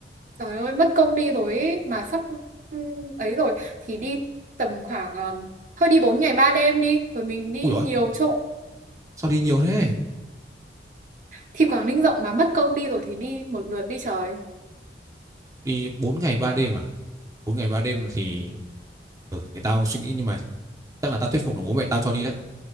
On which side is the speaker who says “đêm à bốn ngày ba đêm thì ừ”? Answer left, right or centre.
Right